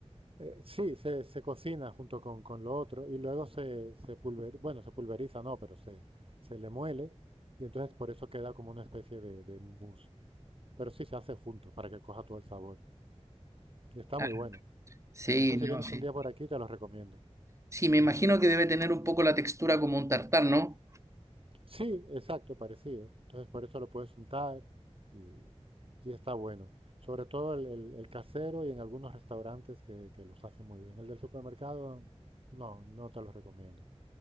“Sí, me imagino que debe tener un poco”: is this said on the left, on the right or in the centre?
Right